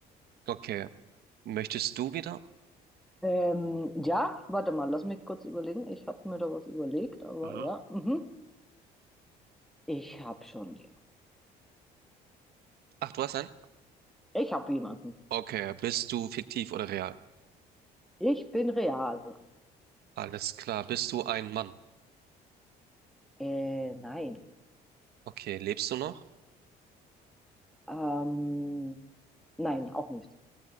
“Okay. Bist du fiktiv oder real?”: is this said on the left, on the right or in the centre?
Right